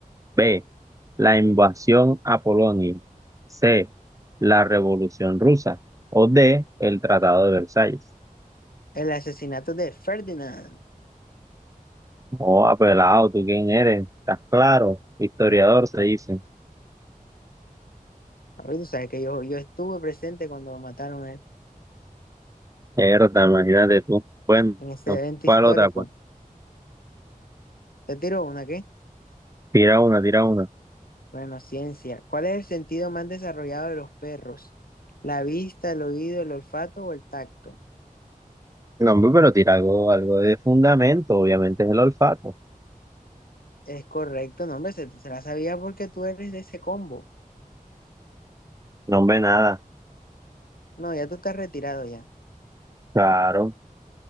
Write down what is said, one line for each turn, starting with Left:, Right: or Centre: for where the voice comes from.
Right: B, la invasión a Polonia, C, la Revolución Rusa o D, el Tratado de Versalles.
Left: El asesinato de Ferdinand.
Right: Oh, apelado, ¿tú quién eres? ¿Estás claro? Historiador, se dice.
Left: Ahorita tú sabes que yo, yo estuve presente cuando lo mataron en,
Right: Mierda, imagínate tú. Bueno,
Left: en ese evento
Right: ¿cuál
Left: histórico.
Right: otra? Pues
Left: Te tiro una, ¿qué?
Right: tira una, tira una.
Left: Bueno, ciencia. ¿Cuál es el sentido más desarrollado de los perros? ¿La vista, el oído, el olfato o el tacto?
Right: No, hombre, pero tira algo, algo de fundamento, obviamente es el olfato.
Left: Es correcto, no, hombre, se, se la sabía porque tú eres de ese combo.
Right: No, hombre, nada.
Left: No, ya tú estás retirado ya.
Right: Claro,